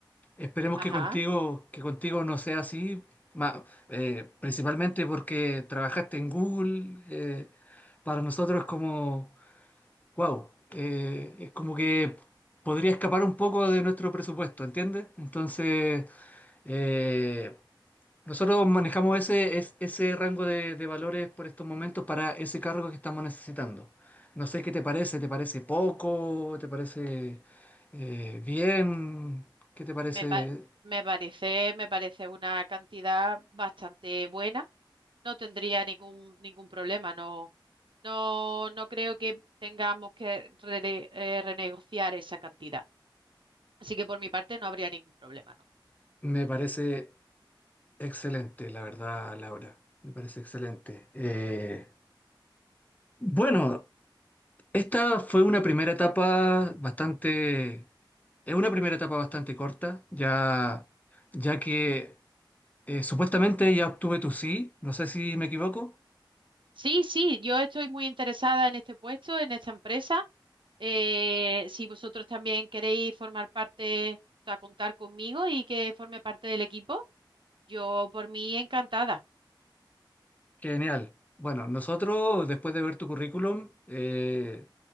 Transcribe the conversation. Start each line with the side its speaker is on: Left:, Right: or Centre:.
Left: Esperemos
Right: Ajá.
Left: que contigo, que contigo no sea así, ma- eh, principalmente porque trabajaste en Google. eh, para nosotros es como, wow, eh, es como que podría escapar un poco de nuestro presupuesto, ¿entiendes? Entonces, eh, nosotros manejamos ese, es- ese rango de, de valores por estos momentos para ese cargo que estamos necesitando. No sé qué te parece, ¿te parece poco? ¿Te parece eh, bien? ¿Qué te parece?
Right: Me, pa- me parece, me parece una cantidad bastante buena. No tendría ningún, ningún problema. No, no, no creo que tengamos que rene- eh, renegociar esa cantidad. Así que por mi parte no habría ningún problema, ¿no?
Left: Me parece excelente, la verdad, Laura. Me parece excelente.
Right: Ujú.
Left: Eh, bueno, esta fue una primera etapa bastante, es una primera etapa bastante corta, ya, ya que eh, supuestamente ya obtuve tu sí, no sé si me equivoco.
Right: Sí, sí, yo estoy muy interesada en este puesto, en esta empresa. Eh, si vosotros también queréis formar parte, o sea, contar conmigo y que forme parte del equipo, yo por mí encantada.
Left: Genial. Bueno, nosotros, después de ver tu currículum, eh,